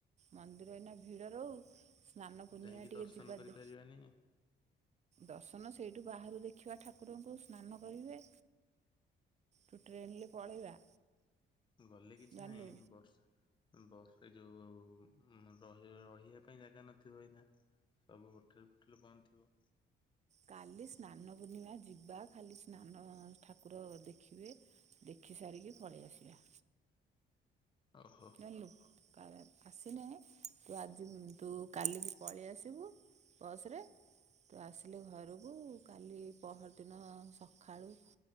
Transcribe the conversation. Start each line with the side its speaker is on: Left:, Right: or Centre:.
Right: ମନ୍ଦିର ଏଇନା ଭିଡ ରହୁ ସ୍ନାନ ପୂର୍ଣ୍ଣିମା
Left: ଯାଇକି
Right: ଟିକେ
Left: ଦର୍ଶନ
Right: ଯିବା
Left: କରିପାରିବାନି
Right: ଦେ ଦର୍ଶନ ସେଇଠୁ ବାହାରୁ ଦେଖିବା ଠାକୁରଙ୍କୁ ସ୍ନାନ କରିବେ। ଟ୍ରେନରେ ପଳେଇବା।
Left: ତୁ ଗଲେ କିଛି
Right: ଜାଣିଲୁ
Left: ନାହିଁ ବର୍ଷା ବସ୍ ଏ ଯୋଉ ର ରହିବା ପାଇଁ ଜାଗା ନଥିବ ଏଇନା ସବୁ ହୋଟେଲ ଫୋଟେଲ୍ ବନ୍ଦ ଥିବ।
Right: କାଲି ସ୍ନାନ ପୂର୍ଣ୍ଣିମା ଯିବା ଖାଲି ସ୍ନାନ ଠାକୁର ଦେଖିବେ ଦେଖି ସାରିକି ପଳେଇ ଆସିବା।
Left: ଓହୋ।
Right: ଜାଣିଲୁ କା ଆସିନେ ତୁ ଆଜି ତୁ କାଲିକି ପଳେଇ ଆସିବୁ। ବସ୍ ରେ ତୁ ଆସିଲେ ଘରକୁ କାଲି ପହରଦିନ ସକାଳୁ